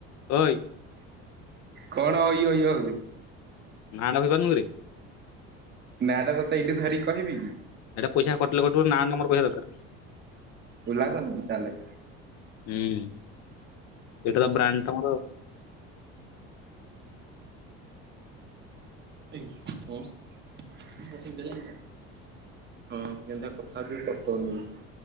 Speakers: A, on the left; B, on the right.
A: ଓଇ
B: କଣ ଇୟୋ ଇୟୋ ହଉଛୁ।
A: ନାଁ ଟା ଧରି ପାରୁନୁଁ କିରେ?
B: ନାଁ ଟା ତତେ ଏଇଠି ଧରି କହିବି କି?
A: ଏଇଟା ପଇସା କଟିଲେ କଟିବ <unintelligible> ପଇସା ଦରକାରେ।
B: ହେଲା କେମିତି ତାହେଲେ?
A: ହୁଁ ଏଇଟା ତ ବ୍ରାଣ୍ଡ ତମର।
B: <unintelligible> ହଁ <unintelligible>